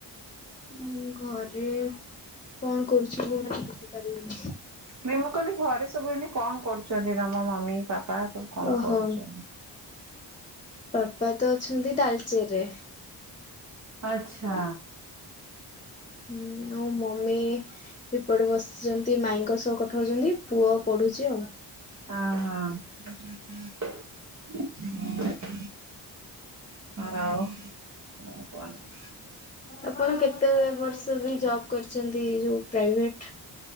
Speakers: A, on the left; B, on the right.
A: ହିଁ ଘରେ କଣ କରୁଛନ୍ତି ମାନେ ବୁଝିପାରିଲିନି
B: ନା ମୁଁ କହିଲି ଘରେ ସବୁ ଏଇନେ କଣ କରୁଛନ୍ତି ତମ ମମି ପାପା ସବୁ କଣ
A: ଓହୋ
B: କରୁଛନ୍ତି?
A: ପାପା ତ ଅଛନ୍ତି ତାଲଚେରରେ
B: ଆଚ୍ଛା
A: ହିଁ ଆଉ ମମି ଏପଟେ ବସିଛନ୍ତି ମାଇଙ୍କ ସହ କଥା ହଉଛନ୍ତି। ପୁଅ ପଢୁଛି ଆଉ
B: ହଁ ହଁ ହିଁ ହିଁ <inaudible> ଆଉ <inaudible>
A: ଆପଣ କେତେ ବର୍ଷ ବି ଜବ କରିଛନ୍ତି ଯୋଉ ପ୍ରାଇଭେଟ୍।